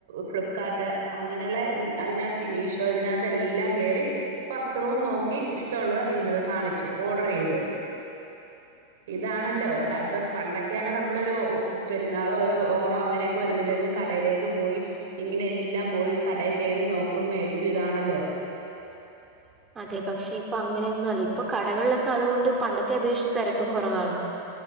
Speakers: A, on the right; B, on the right.
A: ഫ്ലിപ്കാർട്ട് അങ്ങനെയുള്ള മ് അതിനക മീഷോ ഇതിനാത്ത് എല്ലാം കേറി വസ്ത്രവും നോക്കി ഇഷ്ടമുള്ളത് ഇന്നത് കാണിച്ചു ഓർഡറെയ്തു. ഇതാണല്ലൊ ക്ക പ്പം പണ്ടൊക്കെയാണ് നമ്മളൊരു ഉ പെരുന്നാളൊ ഒരു ഓണൊ അങ്ങനെ വരുമ്പഴത്തേക്കും കടയിലേക്ക് പോയി ഇങ്ങനെ എല്ലാം പോയി കടേ കേറി നോക്കും മേടിക്കും ഇതാണല്ലൊ
B: <inaudible> അതെ പക്ഷെ ഇപ്പൊ അങ്ങനെയൊന്നു അല്ല. ഇപ്പൊ കടകൾലൊക്കെ അതുകൊണ്ട് പണ്ടത്തെ അപേക്ഷിച്ച് തെരക്കും കൊറവാണ്.